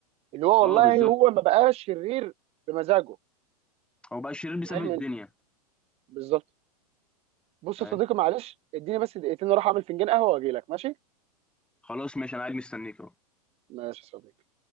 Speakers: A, on the right; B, in the centre.
A: اللي هو والله
B: اه بالظبط
A: هو ما بقاش شرير بمزاجه
B: هو بقى شرير بسبب
A: فاهم
B: الدنيا
A: بالظبط بص
B: فاهم
A: يا صديقي معلش اديني بس دقيقتين اروح اعمل فنجان قهوه واجي لك ماشي
B: خلاص ماشي انا قاعد مستنيك اهو
A: ماشي يا صديقي